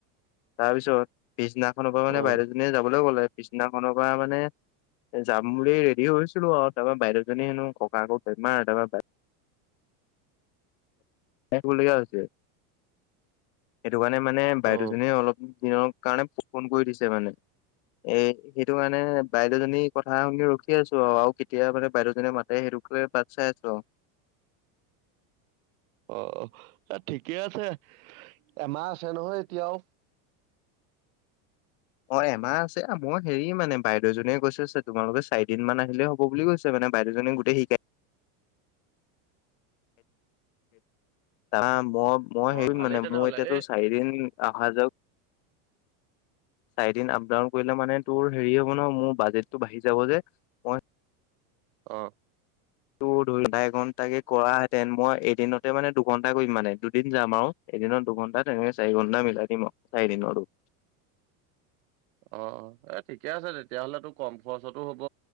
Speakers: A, on the left; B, on the right.
A: তাৰপিছত, - পিছদিনাখনৰ পৰা মানে
B: অঁ
A: বাইদেউ জনীয়ে যাবলৈ ক'লে, পিছদিনাখনৰ পৰা মানে- যাম বুলি ৰেডি হৈছিলো আও তাপা বাইদেউজনী হেনো ককায়েক বেমাৰ তাপা- থাকিবলগিয়া হৈছে, সেইটো কাৰণে মানে বাইদেউ
B: অঁ
A: জনিয়ে অলপ- দিনৰ কাৰণে ফোন কৰি দিছে মানে। এ সেইটো কাৰনে বাইদেউজনী কথা শুনি ৰখি আছো আও আও কেতিয়া মানে বাইদেউ জনীয়ে মাত- তে সেইটোকে বাত চাই আছো আও।
B: অ অ, এ ঠিকে আছে এমাহ আছে নহয় এতিয়াও।
A: অঁ এমাহ আছে মই হেৰি মানে বাইদেউজনীয়ে কৈছেছে তোমালোকে চাৰিদিন মান আহিলে হ'ব বুলি কৈছে। মানে বাইদেউজনিয়ে গোটেই শিকায়- তা মই মই
B: অঁ
A: হেৰি
B: ভালেই
A: মানে
B: তেনেহ'লে
A: মোৰ এতিয়াতো
B: এই
A: চাৰিদিন- অহা যাওক। চাৰিদিন আপ ডাউন কৰিলে মানে তোৰ হেৰি হব ন মোৰ বাজেটটো বাঢ়ি যাব যে। মই
B: অঁ'
A: টো ধৰি ডা এঘন্টাকে কৰা হেতেন মই এদিনতে মানে দুঘন্টা কৰিম মানে দুদিন যাম আও। এদিনত দুঘণ্টা তেনেকে চাৰি ঘণ্টা মিলাই দিম চাৰিদিনৰটো।
B: অঁ অঁ এই ঠিকে আছে তেতিয়াহলেতো কম খৰচতো হব